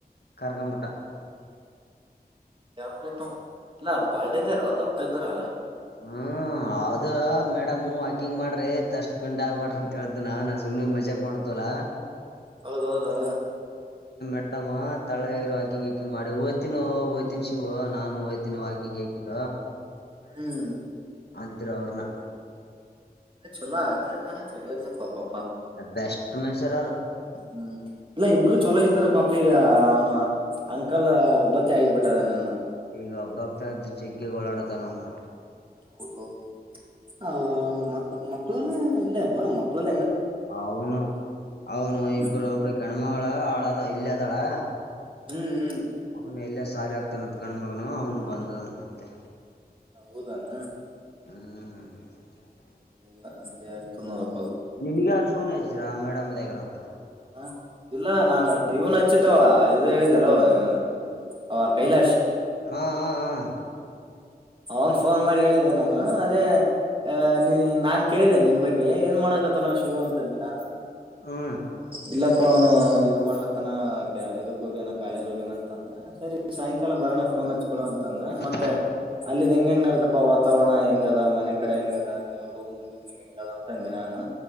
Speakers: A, on the left; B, on the right.
A: ಕರಕಪಟ್ಟ
B: ಾವ ಸ್ವಲ್ಪ ಇಲ್ಲಾ ಅದು ಬಾಳ್ ಡೇಂಜರ್ ದಪ್ಪ ಇದ್ರ
A: ಹ್ಮ್ ಹೌದು ಮೇಡಮ್ ವಾಕಿಂಗ್ ಮಾಡ್ರಿ ತಷ್ಟ ಪಿಂಡ್ ಆಗ್ಬಾರಡ ಅಂತ ಹೇಳ್ದನ ನಾ ಸುಮ್ಮ್ನೆ ಮಜಾಕ್ ಮಾಡ್ದ್ಲ
B: ಹೌದೌದಾ
A: ಮಡಮ್ಮ ತಳ್ಳದಗ ವಾಕಿಂಗ್ ಹಕಿಂಗ ಮಾಡಿ ದ್ತೀನ ಓ್ತಿನಿ ಶಿವ ನಾನು ಓದ್ತೀನಿ ವಾಕಿಂಗ್ ಹಾಕಿಗ
B: ಹ್ಮ್
A: ಅದ್ರೋರ್ನ
B: ಅ ಚಲೋ ಆ ಅಮ್ಮನೆ ಚಲೋ್ಲಪ್ಪ ಪಾಪ
A: ಅ ಅಷ್ಟ ತಮ ಹೆಸರ್
B: ಹ್ಮ್ ಇಲ್ಲ ಇಬ್ಬರು ಚೊಲೋ ಇದಾನ ಪಾಪಿ ಈಗ ಅವ್ನು ಅಂಕಲ್ ಒಬ್ಬತ್ತಿ ಆಗಿಬಿಟ್ಟದ ನ
A: ಈಗ ಹಬ್ಬ ಹಗ್ತಾ ಇದ್ರ ಜೆಗ್ ೋಳಾಡೋತಾನಣ
B: ಹೌದೌದು ಅವರು ಮ ಮ ಮಕ್ಕಳನು ಇಲ್ಲ ಅಂತ ಮಕ್ಕಳು
A: ಅವನು ಅವನು
B: ಹ್ಮ್
A: ಇಬ್ರು ಒಬ್ರು ಕೆಣ್ಮಗಳ ಹಳದ ಇಲ್ಲ ದಳಾ
B: ಹ್ಮ್ ಹ್ಮ್
A: ಅವ ಎಲ್ಲ ಸಾಲ ಆಗ್ತಾನತ್ ಗಣ ಮಗನ ಅವನು ಬಂದ ಮತ್ತೆ
B: ಹ ಹಓದಾನ
A: ಹ್ಮ್
B: ಅ ಆಾಲ
A: ನಿಿನಗೆಾರಫೋನ್ು ್ರಾ ಮೇಡಮ್ ಇದಾಗ್ರ ಅಂತ
B: ಹ ಇಲ್ಲ ನಾನು ಇವನ್ ಹಚ್ಚಿದ್ದವ ಇದು ಹೇಳಿದ್ದಲ್ೋ ನನ್ ಅವ ಕೈಲಾಶ್
A: ಹಾ ಹಾ ಹಾ
B: ಅವನ್ ಫೋನ್ ಮಾಡಿ ಹೇಳಿದ್ದ ನಾನು ಅದೇ ಅ ನೀ ನಾನ್ ಕೇಳಿದ್ದೇನೆ ನಿನ್ ಬಗ್ಗೆ ಏನ್ ಮಾಡಕತ್ತ ನ ಶಿವ ಅಂತಂದೆ ನಾನು
A: ಹಾ
B: ಇಲ್ಲಪ್ಪ ಅವನು ಇದು ಮಾಡ್ಲತ್ತನ ಇದಕ್ ಹೋಗ್ಯನ ಕಾಲೇಜ್ ಹೋಗ್ಯನ ಅಂತ ಅಂದ ಸರಿ ಸಾಯಂಕಾಲ ಬರನ ಫೋನ್ ಹಚ್ಚ ಕೊಡುವಂತಂದು
A: ಹಾ
B: ಮತ್ತೆ ಅಲ್ಲಿ ಇ ಹೆಂಗ ಹೆಂಗ್ ನಡ್ದಪ್ಪಾ ವಾತಾವರಣ ಹೆಂಗ ಅದ ಮನೆ ಕಡೆ ಹೆಂಗ ಅದ ನೀವ ರೂಮ್ಂದ ಹೆಂಗ ಅದ ಅಂತ ಅಂದೆ ನಾನು